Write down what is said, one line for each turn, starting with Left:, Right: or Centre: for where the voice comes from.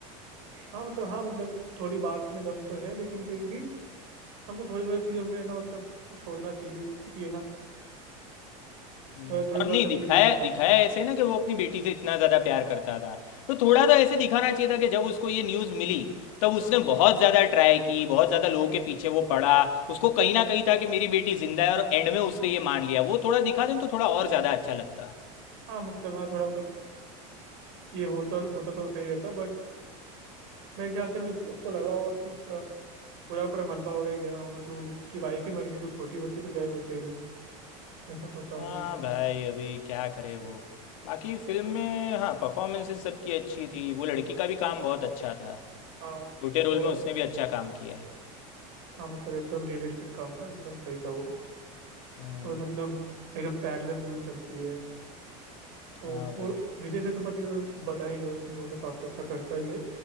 Right: हाँ मतलब हाँ मतलब थोड़ी बात में दम तो है लेकिन फिर भी हमको थोड़ी थोड़ी चीज़ों में ना मतलब छोड़ना चाहिए कि ये ना
Left: हम्म,
Right: थोड़ी थोड़ी
Left: और
Right: बात
Left: नहीं
Right: हमको
Left: दिखाया
Right: इग्नोर करनी
Left: दिखाया
Right: चाहिए
Left: ऐसे ना कि वो अपनी बेटी से इतना ज्यादा प्यार करता था तो थोड़ा तो ऐसे दिखाना चाहिए था कि जब उसको ये न्यूज मिली तब उसने बहुत ज्यादा ट्राई की बहुत ज्यादा लोगों के पीछे वो पड़ा उसको कहीं ना कहीं था कि मेरी बेटी जिंदा है और एंड में उसने ये मान लिया वो थोड़ा दिखा दें तो थोड़ा और ज्यादा अच्छा लगता
Right: हाँ मतलब हाँ थोड़ा मतलब ये होता होता तो सही रहता बट मेरे ख्याल से मैं उस, उसको लगा होगा कि अ, पूरा पूरा मलबा वगैरह गिरा होगा तो उसकी वाइफ ही मर गई तो छोटी बच्ची तो क्या ही बचेगी ऐसा सोचा होगा
Left: हाँ
Right: उसने
Left: भाई अभी क्या करे वो बाकी फिल्म में हाँ परफॉर्मेंसेस सबकी अच्छी थी वो लड़की का भी काम बहुत अच्छा था
Right: हाँ
Left: छोटे
Right: तो
Left: रोल में उसने भी अच्छा काम किया है
Right: हाँ मतलब एकदम रियलिस्टिक काम था एकदम सही था वो
Left: हम्म,
Right: और मतलब एकदम पैरेलल मूवी चलती है तो
Left: हाँ
Right: वो
Left: भाई
Right: विजय सेतुपति को तो बताने की जरूरत नहीं वो तो काफ़ी अच्छा करता ही है